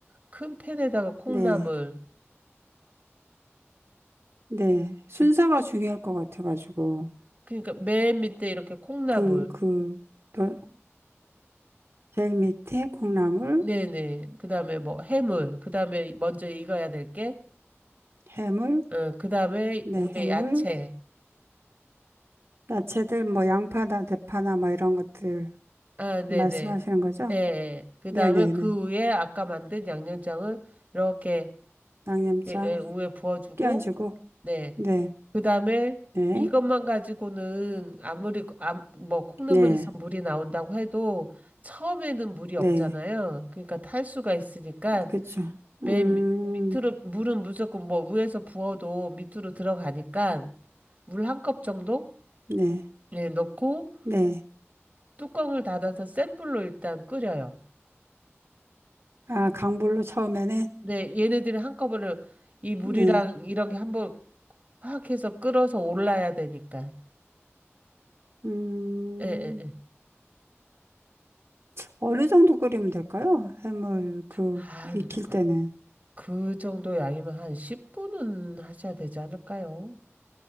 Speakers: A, on the right; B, on the right.
A: 큰 팬에다가 콩나물
B: 네, 네. 순서가
A: 이-
B: 중요할 것 같아가지고.
A: 그러니까 맨 밑에 이렇게 콩나물
B: 그, 그, 또 제일 밑에 콩나물,
A: 네네. 그다음에 뭐 해물, 그다음에 먼저 익어야 될 게,
B: 해물,
A: 어, 그다음에
B: 네,
A: 위에
B: 해물,
A: 야채.
B: 야채들, 뭐, 양파나 대파나 뭐 이런 것들
A: 아, 네네.
B: 말씀하시는 거죠?
A: 예, 예. 그다음에
B: 네네네.
A: 그 위에 아까 만든 양념장을 이렇게
B: 양념장
A: 예, 예, 위에 부어주고,
B: 끼얹고
A: 네.
B: 네,
A: 그다음에
B: 네,
A: 이것만 가지고는 아무리 아, 뭐 콩나물에서
B: 네,
A: 물이 나온다고 해도 처음에는 물이
B: 네,
A: 없잖아요. 그러니까 탈수가 있으니까
B: 그쵸.
A: 맨
B: 음,
A: 밑- 밑으로 물은 무조건 뭐 위에서 부어도 밑으로 들어가니까. 물 한 컵 정도
B: 네,
A: 예, 넣고
B: 네.
A: 뚜껑을 닫아서 센 불로 일단 끓여요.
B: 아, 강불로 처음에는
A: 근데 얘네들이 한꺼번에 이 물이랑
B: 네,
A: 이런 게 한번 확 해서 끓어서 올라야 되니까.
B: 음,
A: 예, 예, 예.
B: 어느 정도 끓이면 될까요? 해물 그
A: 한
B: 익힐
A: 그,
B: 때는
A: 그 정도 양이면 한 10분은 하셔야 되지 않을까요?